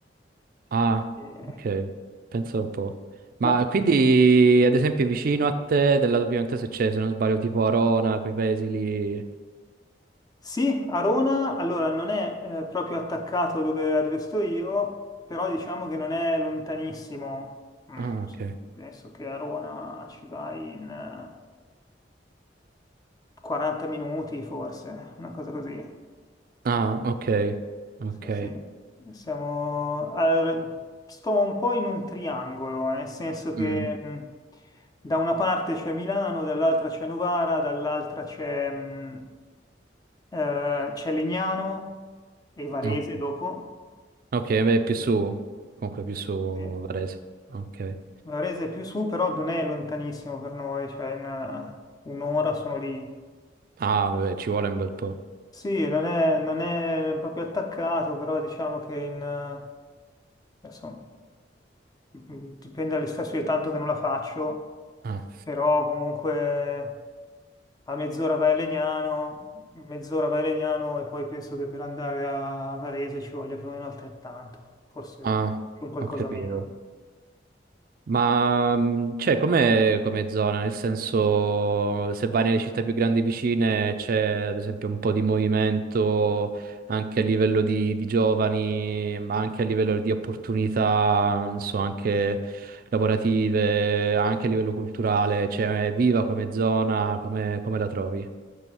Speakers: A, on the right; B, on the left.
A: Ah,
B: Eh,
A: ok. Penso un po'. Ma
B: ma
A: quindi, ad esempio, vicino a te, del lato piemontese c'è, se non sbaglio, tipo Arona, quei paesi lì.
B: sì, Arona allora non è eh, proprio attaccato dove- a dove sto io, però diciamo che non è lontanissimo. Mm,
A: Ah, ok.
B: adesso che Arona ci vai in... eh, 40 minuti forse, una cosa così.
A: Ah, ok, ok.
B: Sì, sì. Siamo... Allora, sto un po' in un triangolo, nel senso che
A: Mm,
B: mh, da una parte c'è Milano, dall'altra c'è Novara, dall'altra c'è mh, eh, c'è Legnano e Varese
A: no.
B: dopo.
A: Ok, beh, più su, comunque più su
B: Sì.
A: Varese. Ok.
B: Varese è più su, però non è lontanissimo per noi, cioè in eh, un'ora sono lì.
A: Ah, vabbè, ci vuole un bel po'.
B: Sì, non è, non è proprio attaccato, però diciamo che in, eh, adesso Mm, dipende dalle stazioni, tanto che non la faccio,
A: Ah,
B: però comunque a mezz'ora vai a Legnano, mezz'ora vai a Legnano e poi penso che per andare a Varese ci voglia più o meno altrettanto, forse
A: ah,
B: più un qualcosa
A: ho capito.
B: meno.
A: Ma mh, c'è come come zona, nel senso se vai nelle città più grandi vicine c'è ad esempio un po' di movimento anche a livello di, di giovani, ma anche a livello di opportunità, non so, anche lavorative, anche a livello culturale, cioè è viva come zona, come, come la trovi?